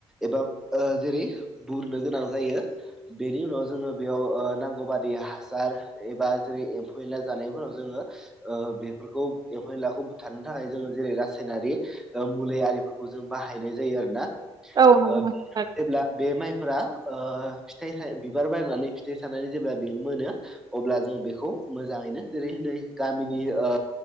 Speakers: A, in the centre; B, on the right.
A: एबा ओ जेरै बुरनो गोनां जायो बेनि उनाव जोङो बेयाव ओ नांगौ बादि हासार एबा जेरै एम्फौ एनला जानायफोराव जोङो। ओ बेफोरखौ एमफौ एनलाखौ बुथारनो थाखाय जोङो जेरै रासायनारि ओ मुलि आरिफोरखौ जों बाहायनाय जायो आरो ना।
B: औ नंगौ
A: ओ
B: नोंथां
A: जेब्ला बे माइफोरा ओ फिथाइ थाय बिबार बायनानै फिथाइ स साननानै जेब्ला बे मोनो अब्ला जों बेखौ मोजाङैनो जेरै नै गामिनि ओ